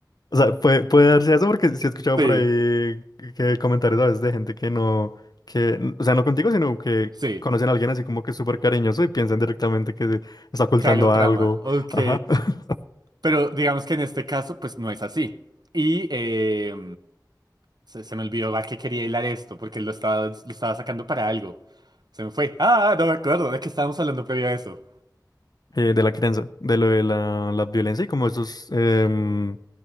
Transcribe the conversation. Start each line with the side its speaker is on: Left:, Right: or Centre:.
Left: O sea, puede, puede darse eso porque sí he escuchado
Right: Sí,
Left: por ahí que comentarios a veces de gente que no, que, n- o sea, no contigo, sino que
Right: sí.
Left: conocen a alguien así como que súper cariñoso y piensan directamente que está ocultando
Right: Calio trama.
Left: algo,
Right: Ok.
Left: ajá, <laughs>
Right: Pero digamos que en este caso, pues no es así. Y eh, se, se me olvidó a qué quería hilar esto, porque lo estaba, lo estaba sacando para algo. Se me fue. Ah, no me acuerdo de qué estábamos hablando previo a eso.
Left: Eh, de la crianza, de lo de la, la violencia y como esos, em,